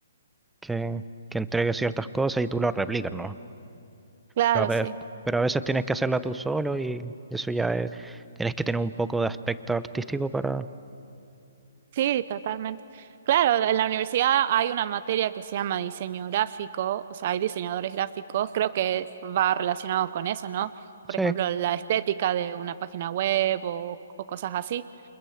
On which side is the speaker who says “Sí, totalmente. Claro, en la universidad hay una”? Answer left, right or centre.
Right